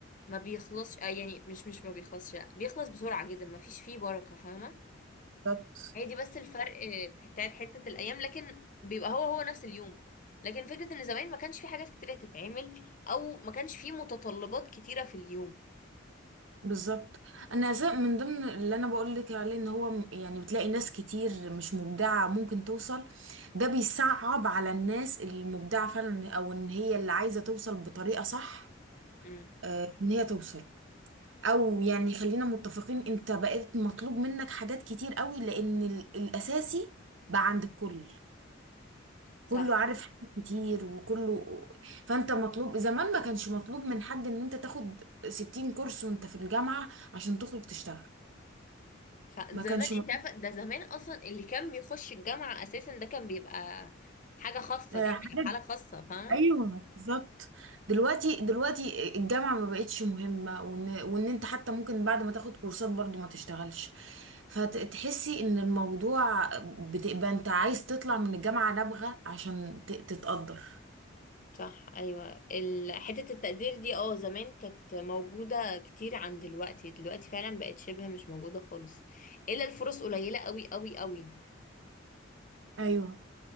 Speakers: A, on the left; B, on the right.
A: ما بيخلصش آه، يعني مش مش ما بيخلصش بيخلص بسرعة جدا ما فيش فيه بركة فاهمة
B: بالظبط
A: هي دي بس الفرق بتاعت حتة الأيام لكن بيبقى هو هو نفس اليوم لكن فكرة إن زمان ما كانش في حاجات كتيرة تتعمل أو ما كانش في متطلبات كتيرة في اليوم
B: بالظبط انا أسا- من ضمن اللي انا بقول لك عليه ان هو م- يعني بتلاقي ناس كتير مش مبدعه ممكن توصل ده بيصعب على الناس المبدعه فعلا او ان هي اللي عايزه توصل بطريقه صح
A: امم
B: آه، ان هي توصل او يعني خلينا متفقين انت بقيت مطلوب منك حاجات كتير قوي لان ال- الاساسي بقى عند الكل
A: صح
B: كله عارف حاجات كتير وكله فانت مطلوب زمان ما كانش مطلوب من حد ان انت تاخد 60 كورس وانت في الجامعه عشان تخرج تشتغل
A: صح
B: ما
A: زمان
B: كانش م-
A: أنت عارفة ده زمان أصلا اللي كان بيخش الجامعة أساسا ده كان بيبقى حاجة خاصة
B: آه،
A: كده
B: حاجة
A: يعني حالة خاصة فاهمة
B: ايوه بالظبط دلوقتي دلوقتي الجامعة ما بقتش مهمة وان وان انت حتى ممكن بعد ما تاخد كورسات برضو ما تشتغلش فتحسي ان الموضوع بتبقى انت عايز تطلع من الجامعة نابغة عشان ت- تتقدر
A: صح أيوة ال- حتة التقدير دي اه زمان كانت موجودة كتير عن دلوقتي دلوقتي فعلا بقت شبه مش موجودة خالص إلا الفرص قليلة أوي أوي أوي
B: ايوه